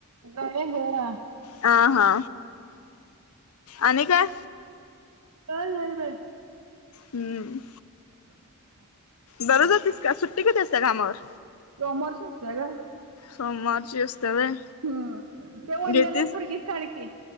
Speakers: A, on the right; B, on the left.
A: ब घर
B: आ हा आणि काय
A: ह ह ब
B: हम्म
A: का ना
B: बरं जातेस का सुट्टी कती असते कामावर
A: कॉमर्स असते का
B: सोमवारची असते व्हय
A: हम्म ते वंड्याला
B: घेतीस
A: एक पोरगी काण की